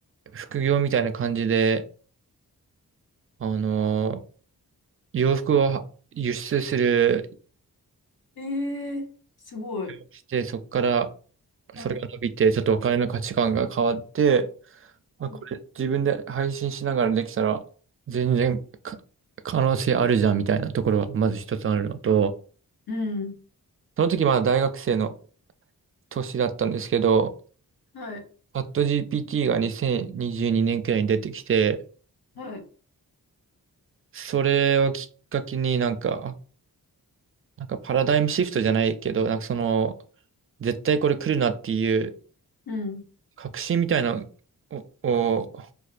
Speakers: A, on the right; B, on the left.
A: 副業みたいな感じで、あの洋服をは輸出する、
B: えー、すごい。
A: して、そこから
B: はい。
A: それが伸びて、ちょっとお金の価値観が変わって、
B: はい。
A: まあ、これ自分で配信しながらできたら、全然か可能性あるじゃんみたいなところがまず一つあるのと、
B: うん。
A: その時まだ大学生の年だったんですけど、
B: はい。
A: チャット GPT が2022年くらいに出てきて、
B: はい。
A: それをきっかけになんか、あなんかパラダイムシフトじゃないけど、なんかその、絶対これ来るなっていう
B: うん。
A: 確信みたいなをを